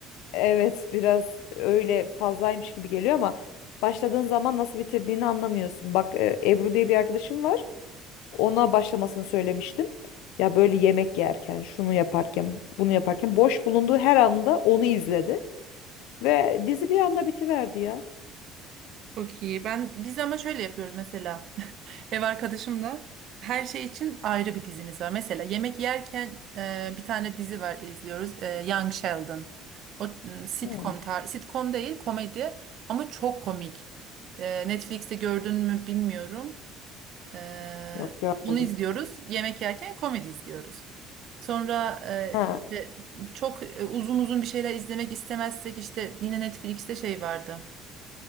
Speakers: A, on the left; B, on the right.
A: evet biraz öyle fazlaymış gibi geliyor ama başladığın zaman nasıl bitirdiğini anlamıyorsun. Bak e, Ebru diye bir arkadaşım var. Ona başlamasını söylemiştim. Ya böyle yemek yerken, şunu yaparken, bunu yaparken boş bulunduğu her anda onu izledi ve dizi bir anda bitiverdi ya.
B: çok iyi. Ben biz ama şöyle yapıyoruz mesela. <laughs> Ev arkadaşımla her şey için ayrı bir dizimiz var. Mesela yemek yerken e, bir tane dizi var izliyoruz. E, Young Sheldon. O m, sitcom
A: Hmm,
B: tar sitcom değil komedi ama çok komik. E, Netflix'te gördün mü bilmiyorum. Ee,
A: yok görmedim.
B: bunu izliyoruz. Yemek yerken komedi izliyoruz. Sonra e,
A: Ha.
B: işte çok e, uzun uzun bir şeyler izlemek istemezsek işte yine Netflix'te şey vardı.